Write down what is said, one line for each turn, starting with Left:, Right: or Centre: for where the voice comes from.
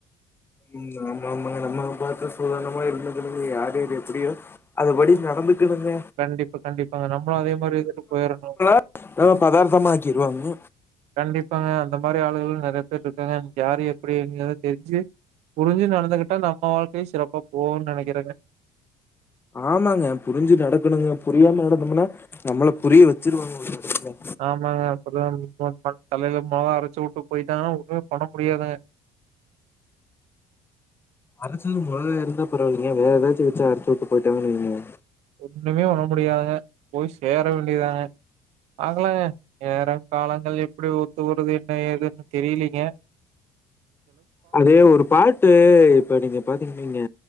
Left: ம் ஆமா ஆமா நம்மள பாத்து சொல்லணுமோ <unintelligible> யார் யாரு எப்டியோ அதுபடி நடந்துக்குனுங்க
Right: கண்டிப்பா கண்டிப்பாங்க நம்மளு அதே மாரி இருந்துட்டு போயறணு
Left: இல்லனா பதார்த்தமா ஆக்கிருவாங்க
Right: கண்டிப்பாங்க அந்த மாரி ஆளுங்கள் நெறைய பேர் ருக்காங்க நமக் யாரு எப்டிங்கறத் தெரிஞ்சு புரிஞ்சு நடந்துகிட்டா நம்ம வாழ்க்கையு சிறப்பா போகுன் நெனைக்குறெங்க
Left: ஆமாங்க புரிஞ்சு நடக்கணுங்க புரியாம நடந்தோம்முனா நம்மள புரிய வெச்சிருவாங்க ஒரு கட்டத்துல
Right: ஆமாங்க அப்புறோ <inaudible> தலைல மொளகா அரச்சு உட்டு போய்ட்டாங்கன்னா ஒண்ணுமே பண்ண முடியாதுங்க
Left: அரச்சது மொளகா இருந்தா பரவால்லிங்க வேற ஏதாச்சு வெச்சு அரச்சு உட்டு போய்ட்டாங்கன்னு வைங்க
Right: ஒண்ணுமே பண்ண முடியாதுங்க போய் சேர வேண்டிதாங்க பாக்கலாங்க நேரோ காலங்கள் எப்டி ஒத்து ஊருது என்ன ஏதுன்னு தெரிலீங்க
Left: அது ஒரு பாட்டு இப்ப நீங்க பாத்தீங்கன் வைங்க